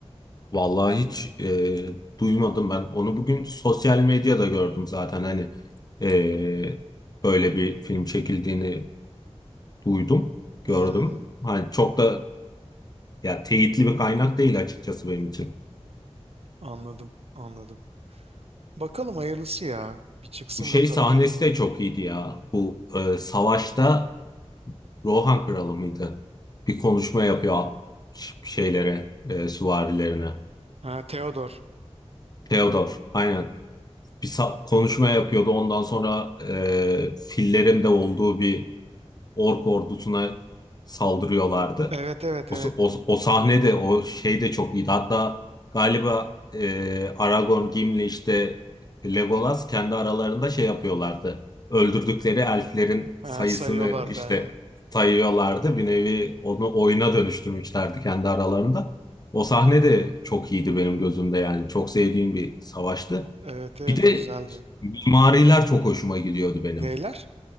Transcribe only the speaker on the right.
Hmm,
anladım anladım. Bakalım hayırlısı ya bir çıksın
bakalım.
o yüzden.
Ha Theodore.
Evet evet
evet.
Ha,
sayıyorlardı
aynen.
Evet evet
güzeldi.
Neyler?